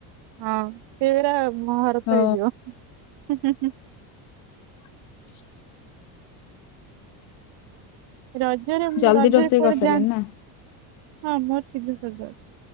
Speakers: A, on the right; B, on the left.
A: ହଁ ସେ ପୁରା ମହାଭାରତ
B: ହଁ
A: ହେଇଯିବ।
B: <inaudible>
A: ରଜରେ ଏମିତି
B: ଜଲଦି
A: ରଜରେ
B: ରୋଷେଇ
A: କୁଆଡେ
B: କରିସାରିଲେଣି
A: ଯାଆନ୍ତି
B: ନା?
A: ହଁ ମୋର ସିଦ୍ଧେଶ୍ୱର ଯାଉଛି।